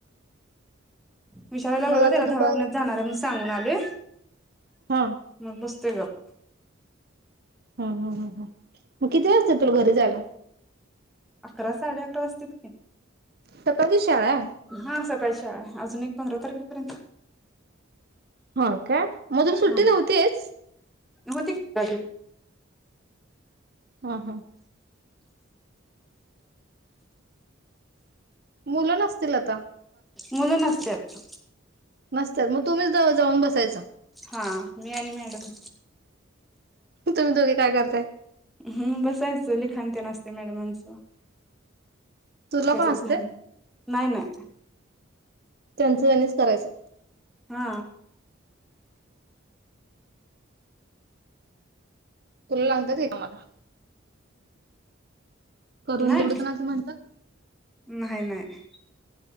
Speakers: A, in the centre; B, on the right (about 50°).
A: विशाारलालला
B: मग आता
A: त्याला
B: दुपार
A: धवाकण्यात जाणार आहे म सांगून आले
B: हा
A: मग बस पुतक
B: हम हम हम ह मग किती वाजते तुला घरी जायला
A: अकरा साडे अकरा वाजतेत
B: तपाची शाळाय
A: हा सकाळी अजून एक पंधरा तारखेपर्यंत
B: हो का मग तुल सुट्टी
A: हा
B: नव्हतीच
A: होती <unintelligible>
B: हम हा मुलं नसतील आता
A: मुलं ना नसत्यात ह
B: नसत्यात मग तुम्हीच जाऊन बसायच
A: हा मी आणि मॅडम
B: तुम्ही दोघे काय करताय
A: हम्म बसायचं लिखाण ते नसते मॅडमांचं
B: तुला
A: त्यातध
B: पण असते
A: नाही नाही
B: त्यांंचनेच करायचं
A: हा
B: कुल आणतात का मला करून
A: नाही
B: दे एवढं न ते असं म्हणतात
A: नाही नाही.